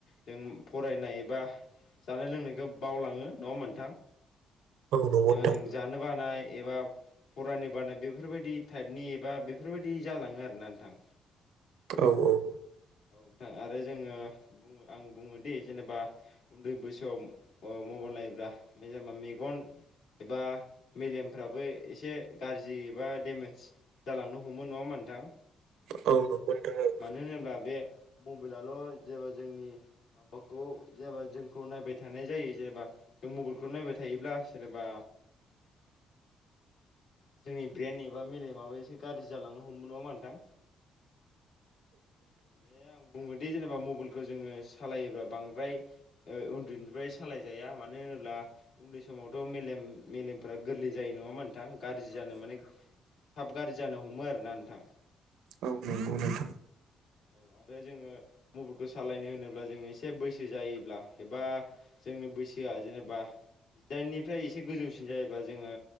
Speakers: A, on the left (about 80°); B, on the right (about 85°).
A: जों फरायनाय एबा जानाय लोंनायखौ बावलाङो नङा होनबा नोंथां
B: औ नंगौ
A: जेनेबा
B: नोंथां
A: जों जानो बानाय एबा फरानि बानाय बेफोरबायदि टाइपनि एबा बेफोरबायदि जालाङो आरोना नोंथां
B: औ औ
A: औ नोंथां आरो जोङो बो आं बुङोदि जेनेबा उन्दै बैसोआव मबाइल नायोब्ला ओमफाय जेनेबा मेगन एबा मेलेमफ्राबो एसे गाज्रि एबा डेमेज जालांनो हमो नङा होमबा दाउ
B: औ नंगौ नोंथां
A: मानो होनोब्ला बे मबाइलआल' जेब्ला जोंनि माबाखौ जेनेबा जोंखौ नायबाय थानाय जायो जेनेबा जों मबाइलखौ नायबाय थायोब्ला जेनेबा जोंनि ब्रेन्ड एबा मेलेमाबो एसे गाज्रि जालांनो हमो नङा होमबा नोंथां <inaudible> मे आं बुङोदि जेनेबा मबाइलखौ जोङो सालायोब्लाा बांद्राय उन्दैनिफ्राय सालायजाया मानो होनोब्ला उन्दै समावथ' मेलेम मेलेमफोरा गोरलै जायो नङा होमबा नोंथां गाज्रि जानो माने थाब गाज्रि जानो हमो आरोना नोंथां
B: औ नंगौ नोंथां
A: औ आरो जोङो मबाइलखौ सालायनो होनोब्ला जोङ एसे बैसो जायोब्ला एबा जोंनो बैसोआ जेनेबा जिदाइननिफ्राय एसे गोजौसिन जायोबा जोङो